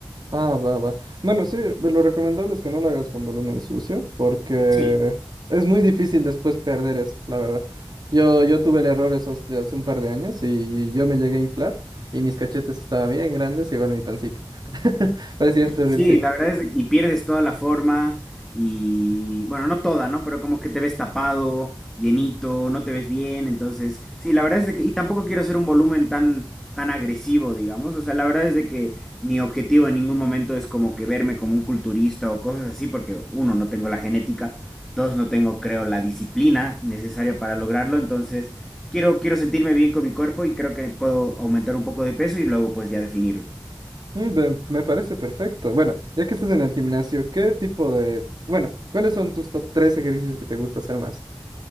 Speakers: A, on the right; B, in the centre.
A: Ah, va, va. Bueno, sí, lo recomendable es que no lo hagas con volumen sucio porque
B: Sí,
A: es muy difícil después perder eso, la verdad. Yo, yo tuve el error esos de hace un par de años y yo me llegué a inflar y mis cachetes estaban bien grandes, igual mi pancita. <laughs> Parecía un turrilcito.
B: Sí, la verdad es que- y pierdes toda la forma y bueno, no toda, ¿no? Pero como que te ves tapado, llenito, no te ves bien, entonces, sí, la verdad es de que y tampoco quiero hacer un volumen tan tan agresivo, digamos, o sea, la verdad es de que mi objetivo en ningún momento es como que verme como un culturista o cosas así, porque uno, no tengo la genética, dos, no tengo, creo, la disciplina necesaria para lograrlo, entonces, quiero quiero sentirme bien con mi cuerpo y creo que puedo aumentar un poco de peso y luego pues ya definirlo.
A: Mm, ve- Me parece perfecto. Bueno, ya que estás en el gimnasio, ¿qué tipo de... Bueno, ¿cuáles son tus top 3 ejercicios que te gusta hacer más?